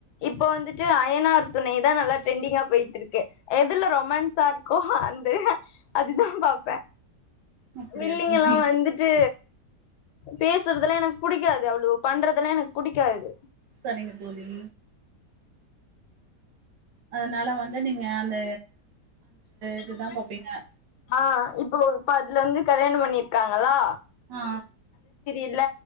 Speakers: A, on the left; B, on the right.
A: இப்ப வந்துட்டு அயனார் துணைதா நல்லா ட்ரெண்டிங்கா போயிட்ருக்கு எதுல ரொமான்ஸா இருக்கோ அந்து அதுதா பாப்பே
B: அப்படியா
A: வில்லிங்கல்லா
B: தோழி
A: வந்துட்டு பேசு றதெல்லா எனக்கு புடிக்காது அவ்ளோ பண்றதெல்லா எனக்கு புடிக்காது
B: சரிங்க தோழி அதனால வந்து நீங்க அந்த
A: அந்த
B: இதுதா
A: ரொமான்ஸ
B: பாப்பீங்க.
A: மட்டு ஆ இப்போ இப்ப அதுல வந்து கல்யாணோ பண்ணியிருக்காங்களா
B: ஆ
A: இல்ல